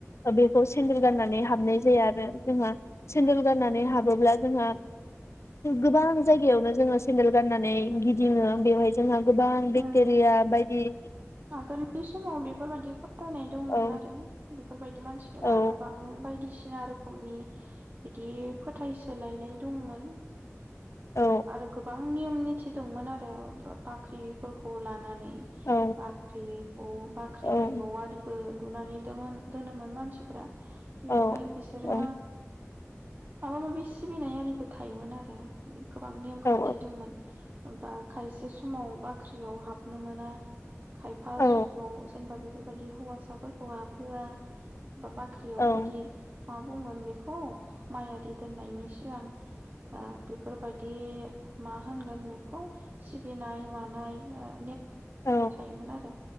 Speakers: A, on the left; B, on the right.
A: बेखौ सेन्देल गान्नानै हाबनाय जाया आरो जोंहा। सेन्देल गान्नानै हाबोब्ला जोंहा गोबां जायगायावनो जोङो सेन्देल गान्नानै गिदिङो बेवहाय जोंहा गोबां बेक्टेरिया
B: उम
A: बायदि बि‌
B: आगोलनि समाव बेफोरबायदि फोथायनाय दंमोन
A: औ
B: आरो बेफोरबायदि मानसिफोरा
A: औ
B: गोबां बायदिसि सिना रोखोमनि बिदि फोथाय सोलायनाय दंमोन।
A: औ
B: आरो गोबां नियम निथि दंमोन आरो बाख्रिफोरखौ लानानै बा
A: औ
B: बाख्रिखौ बाख्रिनि
A: औ
B: न'आरि बो लुनानै दो-दोनोमोन मानसिफ्रा बेवहाय
A: औ
B: बिसोरो
A: औ
B: माबा माबि सिबिनाय आरिबो थायोमोन आरो गोबां नेमखान्थि
A: औ
B: दंमोन होमफा खायसे समाव बा ख्रियाव हाबनो मोना खायफा
A: औ
B: समाव जेनेबा बेफोरबायदि हौवासाफोरखौ हाबहोआ बा बाख्रियाव
A: औ
B: बिदि मा बुंगोन बेखौ माइ आदि दोन्नायनि सिगां ओ बेफोरबायदि मा होनगोन बेखौ सिबिनाय मानाय <unintelligible>
A: औ
B: इमोन आरो